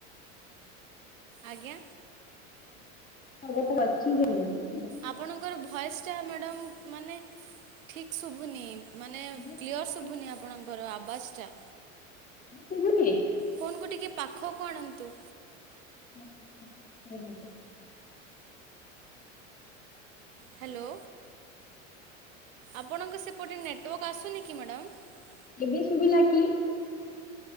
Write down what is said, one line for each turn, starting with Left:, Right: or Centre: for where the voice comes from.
Right: ଆଜ୍ଞା।
Left: ବ ତ ଅଛିି ହ <inaudible>
Right: ଆପଣଙ୍କର ଭଏସ ଟା ମା ଡମକ ମାନେ ଠିକ ଶୁଭୁନି। ମାନେ
Left: ଏବେ
Right: କ୍ଲିଅର
Left: ଶୁଭୁଚି
Right: ସୁଭୁନି ଆପଣଙ୍କର ଆବାଜ୍ ଚା
Left: ସୁବୁନି।
Right: ଫୋନ କୁ ଟିକେ ପାଖକୁ ଆଣନ୍ତୁ।
Left: I <inaudible>
Right: hello. ଆପଣଙ୍କ ସେପଟେ ନେଟୱାକ ଆସୁନି କି ମ୍ୟାଡ଼ାମ।
Left: ଏବେ ଶୁଭିଲା କି?